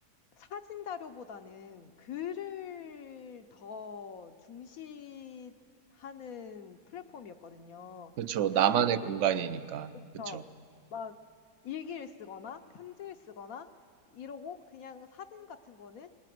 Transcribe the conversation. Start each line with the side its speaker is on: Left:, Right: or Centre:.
Left: 사진 자료보다는 글을 더 중시하는 플랫폼이었거든요.
Right: 그쵸.
Left: 사람들이
Right: 나만의
Left: 이제
Right: 공간이니까. 그쵸.
Left: 저막 일기를 쓰거나 편지를 쓰거나 이러고 그냥 사진 같은 거는